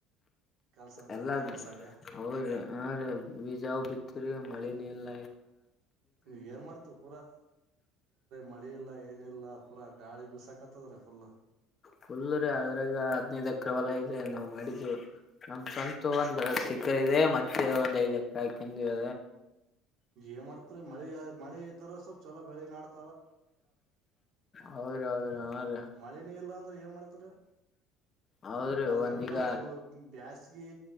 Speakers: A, on the right (about 60°); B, on the left (about 25°).
A: ಕೆಲ್ಸ ನಡೆದತ್ತ
B: ಎಲ್ಲ
A: ಹೊಲ್ದಾಗ
B: ಹ ಹ ರೀ ಬೀಜ ಯಾವ ಬಿತ್ತರಿ ಮಳಿನ ಎಲ್ಲ
A: ನೀ ಏನ್ ಮಾಡ್ತರಿ ಪೂರಾ ಮಳಿ ಇಲ್ಲ ಏನಿಲ್ಲ ಪೂರಾ ಗಾಳಿ ಬಿಸಾಕತ್ತದ್ರಿ ಫುಲ್
B: ಫುಲ್ ಅದ್ರಗ ಹದ್ನೈದು್ ಎಕರೆ ಹೊಲ ಇದೆ ನಾವ್ ಮಾಡಿದ್ದು ನಮ್ ಸ್ವಂತ ಒಂದ್ ಹತ್ತು ಎಕರೆ ಇದೆ ಮ ಮತ್ತ ಒಂದ್ ಐದ ಎಕ ಹಾಕಂದದ
A: ಏನ್ ಮಾಡ್ತ್ರಿ ಮಳಿ ಮಳೆ ಇದ್ರ ಸ್ವಲ್ಪ್ ಚಲ ಬೆಳೆ ನಾಡ್ತ
B: ಹೌದ್ರಿ ಹೌದ್ರಿ ಹ
A: ಮಳಿನೇ ಇಲ್ಲ ಅಂದ್ರೆ ಏನ್ ಮಾಡ್ತಾರ
B: ಹೌದ್ರಿ
A: ಅದು
B: ಒಂದೀಗ
A: ಎಲ್ಲಾ ಬ್ಯಾಸ್ಗಿ